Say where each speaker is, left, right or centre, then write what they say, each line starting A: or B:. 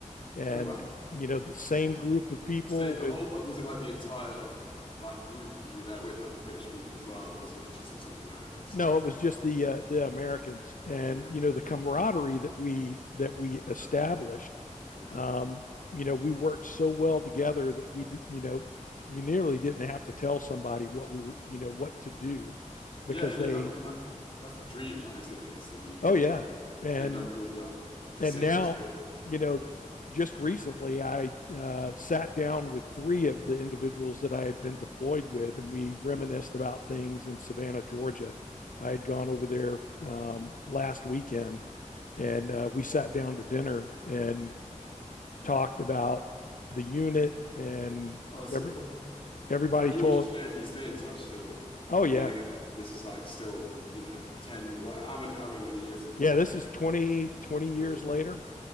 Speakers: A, on the left; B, on the left.
A: and,
B: Oh wow.
A: you know, the same group of people
B: The same, the
A: with
B: whole like was it like the entire like group that you were there with, like the British people as well, or was it like just like sort of the American side
A: no,
B: of
A: it
B: things?
A: was just the uh, the Americans, and
B: Yeah.
A: you know the camaraderie that we that we established.
B: Developed. Yeah.
A: Um, you know, we worked so well together that we, you know, you nearly didn't have to tell somebody what we were, you know, what to do,
B: Yeah,
A: because
B: I
A: they,
B: know that. I mean, that's that's the dream, right? Isn't it? I guess that you
A: oh
B: like
A: yeah, and
B: end up building up the
A: and
B: same
A: now,
B: experience.
A: you know,
B: Yeah.
A: just recently I uh, sat down with three of the individuals that I had been deployed with, and we reminisced
B: Mm.
A: about things in Savannah, Georgia. I had gone over there um, last weekend, and uh, we sat down to dinner and talked about the unit, and
B: Oh, that's
A: every
B: so fun.
A: everybody
B: So like you
A: told,
B: all just stay you stay in touch still.
A: "Oh
B: Like
A: yeah,
B: I mean, I guess this is like still you know ten. Well, how many however many years it is
A: yeah,
B: on?
A: this is 20, years
B: Twenty years
A: later."
B: on.